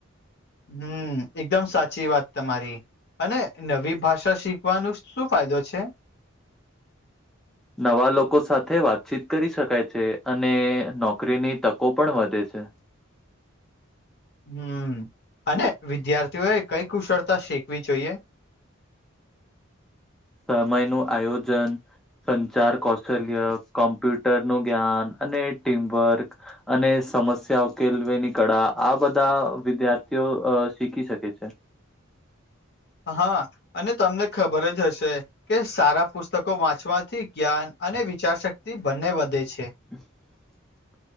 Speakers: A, on the left; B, in the centre.
A: હમ્મ એકદમ સાચી વાત તમારી. અને નવી ભાષા શીખવાનું શું ફાયદો છે?
B: નવા લોકો સાથે વાતચીત કરી શકાય છે અને નોકરીની તકો પણ વધે છે.
A: હમ્મ અને વિદ્યાર્થીઓએ કઈ કુશળતા શીખવી જોઈએ
B: સમય નું આયોજન સંચાર કૌશલ્ય કોમ્પ્યુટર નું જ્ઞાન અને ટીમવર્ક અને સમસ્યા ઉકેલવે ની કળા આ બધા વિદ્યાર્થીઓ અ શીખી શકે છે.
A: હા અને તમને ખબર જ હશે. કે સારા પુસ્તકો વાંચવાથી જ્ઞાન અને વિચાર શક્તિ બંને વધે છે.
B: <inaudible>